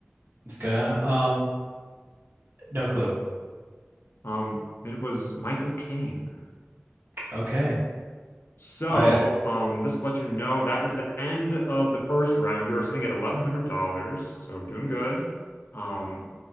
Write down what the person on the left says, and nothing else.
Um, it was Michael Caine.
So,
um, this lets you know that is the end of the first round. You're sitting at $1,100, so doing good. Um,